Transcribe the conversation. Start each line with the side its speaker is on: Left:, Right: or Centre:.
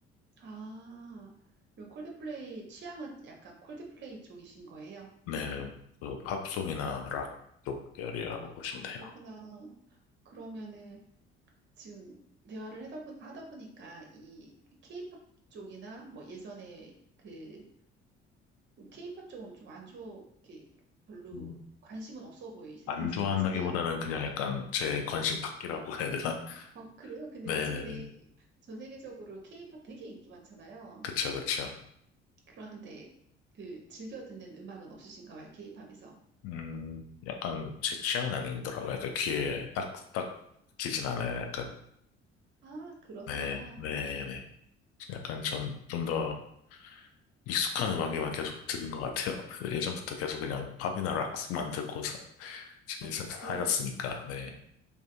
Right: 아, 그럼 콜드플레이 취향은 약간 콜드플레이 쪽이신 거예요?
Left: 네, 그 팝송이나 락 쪽 계열이라고 보시면
Right: 아,
Left: 돼요.
Right: 그렇구나. 그러면은 지금 대화를 하다, 보, 하다 보니까 이 케이팝 쪽이나 뭐 예전에 그 케이팝 쪽은 좀 안 좋게 별로
Left: 음.
Right: 관심은 없어 보이시는데
Left: 안 좋아한다기보다는
Right: <laughs> 맞으세요?
Left: 그냥 약간 제 관심 밖이라고 해야 되나? <laughs>
Right: 어, 그래요? 근데
Left: 네네네.
Right: 요즘에는 전 세계적으로 케이팝 되게 인기 많잖아요.
Left: 그쵸, 그쵸.
Right: 그런데 그 즐겨 듣는 음악은 없으신가 봐요, 케이팝에서.
Left: 음, 약간 제 취향은 아니더라고요. 약간 귀에 딱, 딱 끼진 않아요. 약간.
Right: 아, 그러세요?
Left: 네, 네네. 약간 좀, 좀더 익숙한 음악에만 계속 듣는 것 같아요. 그래서 예전부터 계속 그냥 팝이나 락스만 듣고 사,
Right: 아,
Left: 사-
Right: 그,
Left: 살았으니까, 네.